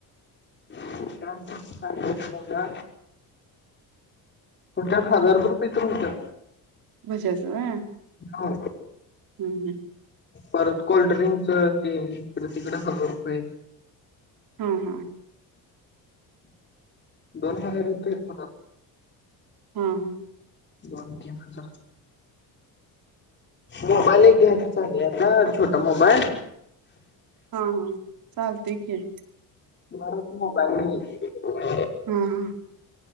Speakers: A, on the left; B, on the right.
A: का च्यात हजार रुपये तुच्या
B: बजच हा
A: हा
B: हम् हम्
A: परत कोल्ड्रिंकच ते तिकडे हजार रुपये
B: हां हां
A: दोन हजार रुप
B: हा हा
A: दोनकजर मोबाईल एक घ्यायचा चाले आता छोटा मोबाईल
B: हा हा चालत क
A: भारत म ब
B: हम् हम